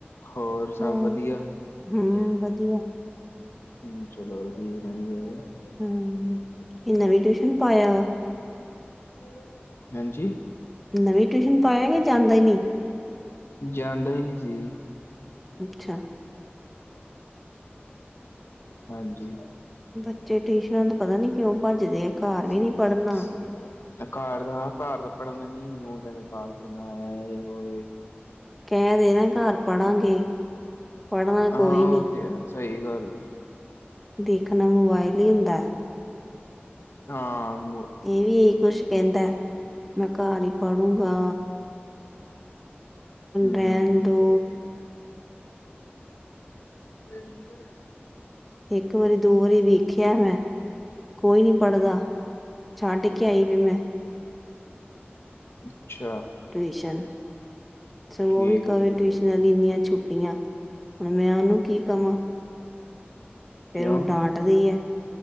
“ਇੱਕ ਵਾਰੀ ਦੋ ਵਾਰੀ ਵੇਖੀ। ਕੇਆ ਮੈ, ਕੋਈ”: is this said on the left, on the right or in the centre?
Centre